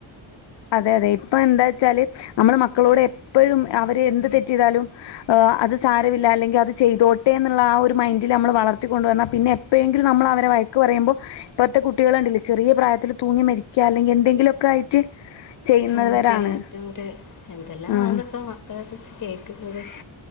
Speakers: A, on the left; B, on the left.
A: അതെ അതെ ഇപ്പൊ എന്താ വച്ചാല് നമ്മള് മക്കളോട് എപ്പോഴും അവര് എന്ത് തെററ്റ് ചെയ്താലുംഹ അത് സാരമില്ല അല്ലെങ്കിൽ അത് ചെയ്തോട്ടെ എന്നുള്ള ആ ഒരു മൈൻഡില് നമ്മൾ വളർത്തിക്ക കൊണ്ടുവന്നൽ പിന്നെ എപ്പോഴെങ്കിലും നമ്മൾ അവരെ പറയുമ്പോ ഇപ്പഴത്തെ കുട്ടികളു ഉണ്ട ചെറിയ പ്രായത്തിൽ തൂങ്ങി മരിക്കുക അല്ലെങ്കിൽ എന്തെങ്കിലുമ ഒക്കെ ആയിട്ട് ചെയ്യുന്നവരാണ്
B: സൂസൈഡ് അറ്റംറ്റ് എന്തെല്ലാം
A: ആഹ്
B: ആ ഇപ്പ മക്കളെ കുറിച്ച് കേക്കുന്നത്